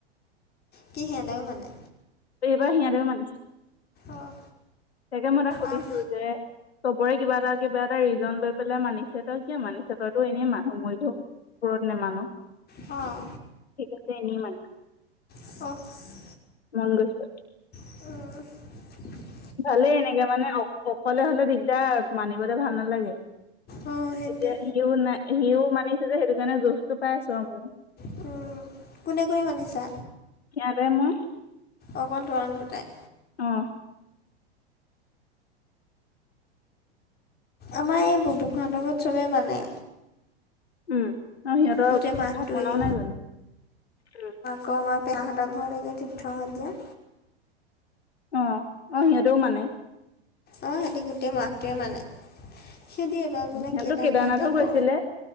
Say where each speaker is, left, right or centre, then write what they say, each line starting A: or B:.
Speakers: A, on the left (about 30°); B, on the left (about 80°).
A: কি সেতেও মানে?
B: এইবাৰ সিহঁতেও মানিছে,
A: অঁ
B: তাকে মই তাক সুধিছো
A: আম
B: যে- চবৰে কিবা এটা কিবা এটা ৰিজন লৈ পেলাই মানিছে, তই কিয় মানিছ? তইতো এনেই মানুহ মৰিলেও- ব্ৰত নামান?
A: অঁ!
B: সি কৈছে এনেই মান।
A: অহ-
B: মনগৈছে।
A: ওঁম!
B: ভালেই এনেকে মানে অ-অকলে হ'লে দিগদাৰ, মানিবলে ভাল নালাগে।
A: অঁ সেইটোৱে
B: এতিয়া সিও নাই সিও মানিছে যে সেইটো কাৰণে জোজটো পাই আছো আৰু মো।
A: ওম কোনে-কোনে মানিছা?
B: ইয়াতে মই-
A: অকল তহঁত দুটায়ে?
B: অঁ'-
A: আমাৰ এই বুবো খুৰাহতৰ ঘৰত চবেই মানে।
B: উমঁ, আৰু সিহঁতৰ
A: গোটেই মাহটোৱেই
B: ঠাপনাও নাই জানো? উমঁ-
A: ক মই পয়াহঁতৰ ঘৰেকৈ তীৰ্থ হ'ল যে।
B: অঁ, অঁ সিহঁতেও মানে।
A: অঁ সিহতি গোটেই মাহটোৱে মানে। সেইদি এইবাৰ বোলে
B: সিহঁতো
A: কেদাৰনাথ
B: কেদাৰনাথো
A: যাব,
B: গৈছিলে